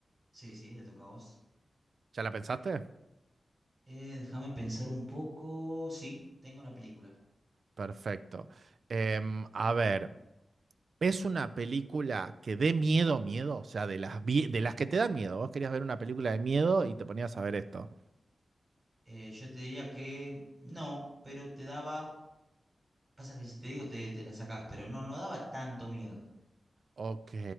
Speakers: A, on the right; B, on the right.
A: Sí, sí, te toca a vos.
B: ¿Ya la pensaste?
A: Eh, déjame pensar un poco. Sí, tengo la película.
B: Perfecto. Em, a ver. Es una película que dé miedo, miedo, o sea, de las, vie- de las que te dan miedo. Vos querías ver una película de miedo y te ponías a ver esto.
A: Eh, yo te diría que no, pero te daba, pasa que si te digo te, te la sacás, pero no, no daba tanto miedo.
B: Ok,